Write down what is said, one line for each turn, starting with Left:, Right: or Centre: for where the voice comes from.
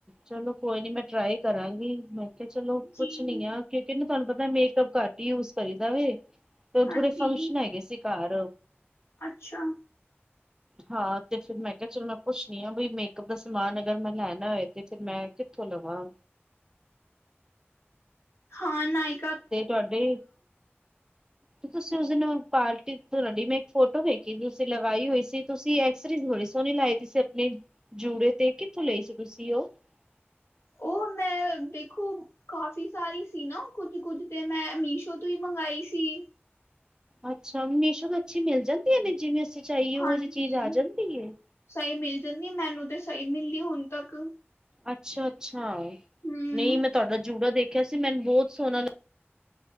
Right: ਚਲੋ ਕੋਈ ਨੀ। ਮੈਂ ਟਰਾਈ ਕਰਾਂਗੀ। ਮੈਂ ਕਿਹਾ ਚਲੋ ਪੁਛਨੀਆਂ।
Left: ਜੀ
Right: ਕਿਉਕੀ ਨਾ, ਤੁਹਾਨੂੰ ਪਤਾ ਮੇਕਅਪ ਘਟ ਹੀ, ਯੂਜ ਕਰੀ ਦਾਵੇ। ਤੇ
Left: ਹਾਂਜੀ
Right: ਥੋੜੇ ਫੰਕਸ਼ਨ ਹੈਗੇ ਸੀ ਘਰ।
Left: ਅੱਛਾ।
Right: ਹਾਂ ਤੇ, ਫੇਰ ਮੈਂ ਕਿਹਾ, ਚਲੋ ਮੈਂ ਪੁੱਛਣੀ ਆ। ਬਈ ਮੇਕਅਪ ਦਾ ਸਮਾਨ, ਅਗਰ ਮੈਂ ਲੈਣਾ ਹੋਏ, ਤੇ ਫੇਰ ਮੈਂ ਕਿੱਥੋਂ ਲਵਾਂ।
Left: ਹਾਂ, ਨਾਈ।
Right: ਤੇ, ਤੁਹਾਡੇ ਤੇ ਤੁਸੀਂ, ਉਸ ਦਿਨ ਪਾਰਟੀ ਤੇ, ਤੁਹਾਡੀ ਮੈਂ ਇੱਕ, ਫੋਟੋ ਵੇਖੀ। ਤੁਸੀਂ ਲਗਾਈ ਹੋਈ ਸੀ। ਤੁਸੀਂ ਐਕਸਰੀ ਬੜੀ ਸੋਹਣੀ ਲਾਈ। ਸੀ ਆਪਣੇ ਜੁੜੇ ਤੇ, ਕਿੱਥੋਂ ਲਈ ਸੀ, ਤੁਸੀਂ ਉਹ। <inaudible>
Left: ਉਹ ਦੇਖੋ, ਕਾਫ਼ੀ ਸਾਰੀ ਸੀ ਨਾ। ਕੁੱਝ-ਕੁੱਝ, ਤੇ ਮੈਂ ਮੀਸ਼ੋ ਤੋਂ ਹੀ, ਮੰਗਾਈ ਸੀ।
Right: ਅੱਛਾ। ਮੀਸ਼ੋ ਨੂੰ ਅੱਛੀ ਮਿਲ ਜਾਂਦੀ ਹੈ। ਜਿਵੇਂ ਅਸੀਂ ਚਾਹੀਏ, ਉਹ
Left: ਹਾਂਜੀ
Right: ਜਿਹੀ ਚੀਜ਼ ਆ ਜਾਂਦੀ ਹੈ।
Left: ਸਹੀ ਮਿਲ ਜਾਂਦੀ ਹੈ। ਮੈਨੂੰ ਤੇ, ਸਹੀ ਮਿਲੀ, ਹੁਣ ਤੱਕ।
Right: ਅੱਛਾ-ਅੱਛਾ।
Left: ਹਮ
Right: ਨਹੀਂ ਮੈਂ, ਤੁਹਾਡਾ ਜੂੜਾ ਦੇਖਿਆ ਸੀ। ਮੈਨੂੰ ਬਹੁਤ ਸੋਹਣਾ